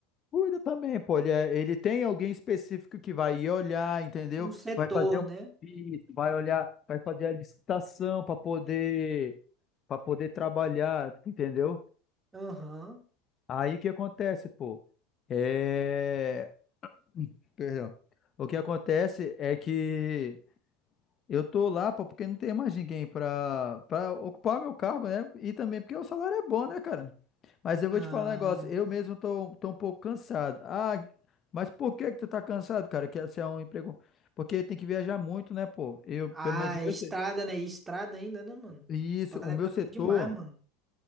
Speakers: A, on the left (about 35°); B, on the right (about 15°).
A: Cuida também, pô. Ele, é- ele tem alguém específico que vai ir olhar, entendeu?
B: Um setor,
A: Vai fazer um
B: né?
A: pedido, vai olhar, vai fazer a licitação para poder, para poder trabalhar, entendeu?
B: Aham.
A: Aí o que acontece, pô? É... Perdão. O que acontece é que Eu tô lá, pô, porque não tem mais ninguém pra, pra ocupar meu cargo, né? E também porque o salário é bom, né, cara? Mas eu vou
B: Ah,
A: te falar um negócio, eu mesmo tô, tô um pouco cansado. Ah, mas por que que tu tá cansado, cara? Que esse é um emprego. Porque tem que viajar muito, né, pô? Eu,
B: ah,
A: pelo menos o meu
B: é estrada,
A: setor.
B: né? E estrada ainda, né, mano?
A: Isso,
B: Estrada
A: o meu
B: cansa
A: setor,
B: demais, mano.